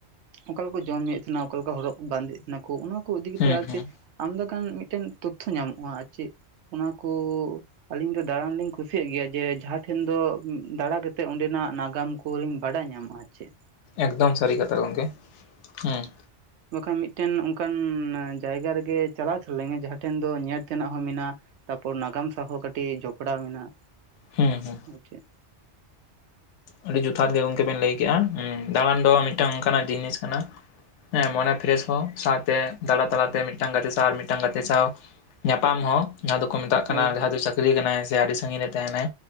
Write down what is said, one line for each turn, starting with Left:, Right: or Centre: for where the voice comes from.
Right: ᱚᱠᱟᱞᱮᱠᱟ ᱠᱚ ᱡᱚᱢ ᱧᱩᱭᱮᱫ ᱛᱟᱦᱮᱱᱟ, ᱚᱠᱟ ᱞᱮᱠᱟ ᱦᱚᱨᱚᱜ ᱵᱟᱸᱫᱮᱜᱮᱫ ᱛᱟᱦᱮᱱᱟ ᱠᱚ ᱚᱱᱟ ᱠᱚ ᱤᱫᱤ ᱠᱟᱛᱮᱫ
Left: ᱦᱩᱸ
Right: ᱟᱨ
Left: ᱦᱩᱸ
Right: ᱪᱮᱫ ᱟᱢᱫᱟ ᱜᱟᱱ ᱢᱤᱫᱴᱮᱱ ᱛᱚᱛᱛᱷᱚ ᱧᱟᱢᱚᱜᱼᱟ ᱟᱨ ᱪᱮᱫ᱾ ᱚᱱᱟᱠᱩ ᱟᱞᱤᱧ ᱫᱚ ᱫᱟᱬᱟᱱ ᱞᱤᱧ ᱠᱩᱥᱤᱭᱟᱜ ᱜᱮᱭᱟ ᱡᱮ ᱡᱟᱦᱟᱜ ᱴᱷᱮᱱ ᱫᱚ ᱫᱟᱲᱟ ᱠᱟᱛᱮᱫ ᱚᱸᱰᱮᱱᱟᱜ ᱱᱟᱜᱟᱢ ᱠᱚᱤᱧ ᱵᱟᱰᱟᱭ ᱧᱟᱢᱟ ᱟᱨ ᱪᱮᱫ᱾
Left: ᱮᱠᱫᱚᱢ ᱥᱟᱹᱨᱤ ᱠᱟᱛᱷᱟ ᱜᱚᱢᱠᱮ ᱦᱮᱸᱺ
Right: ᱵᱟᱠᱷᱟᱱ ᱢᱤᱫᱴᱮᱱ ᱚᱱᱠᱟᱱ ᱡᱟᱭᱜᱟ ᱨᱮᱜᱮ ᱪᱟᱞᱟᱣ ᱪᱚᱱᱞᱮᱜᱮ ᱡᱟᱦᱟᱸ ᱴᱷᱮᱱ ᱫᱚ ᱧᱮᱞ ᱛᱮᱱᱟᱜ ᱦᱚᱸ ᱢᱮᱱᱟᱜᱼᱟ᱿ ᱛᱟᱯᱚᱨ ᱱᱟᱜᱟᱢ ᱥᱟᱶ ᱦᱚᱸ ᱠᱟᱹᱴᱤᱡ ᱡᱚᱯᱲᱟᱣ ᱢᱮᱱᱟᱜ-ᱟ᱾
Left: ᱦᱩᱸ ᱦᱩᱸ
Right: ᱟᱨᱪ ᱪᱮᱫ᱾
Left: ᱟᱹᱰᱤ ᱡᱚᱛᱷᱟᱛ ᱜᱮ ᱜᱚᱢᱠᱮ ᱵᱮᱱ ᱞᱟᱹᱭ ᱠᱮᱫᱮᱜᱼᱟ᱾ ᱩ ᱫᱟᱲᱟᱱ ᱫᱚ ᱢᱤᱫᱴᱟᱝ ᱚᱱᱠᱟᱱᱟᱜ ᱡᱤᱱᱤᱥ ᱠᱟᱱᱟ᱾ ᱦᱮᱸ ᱢᱚᱱᱮ ᱯᱷᱨᱮᱥ ᱦᱚᱸ ᱥᱟᱶᱛᱮ ᱫᱟᱬᱟ ᱛᱟᱞᱟᱛᱮ ᱢᱤᱫᱴᱟᱝ ᱜᱟᱛᱮ ᱥᱟᱶ ᱟᱨ ᱢᱤᱫᱴᱟᱝ ᱜᱟᱛᱮ ᱥᱟᱶ ᱧᱟᱯᱟᱢ ᱦᱚᱸ ᱡᱟᱦᱟᱸ ᱫᱚᱠᱚ ᱢᱮᱛᱟᱜ ᱠᱟᱱᱟ
Right: ᱦᱳᱭ
Left: ᱡᱟᱦᱟᱸ ᱫᱚ ᱪᱟᱹᱠᱨᱤ ᱠᱟᱱᱟᱭ ᱥᱮ ᱟᱹᱰᱤ ᱥᱟᱺᱟᱹᱜᱤᱧ ᱨᱮ ᱛᱟᱦᱮᱱᱟᱭ᱾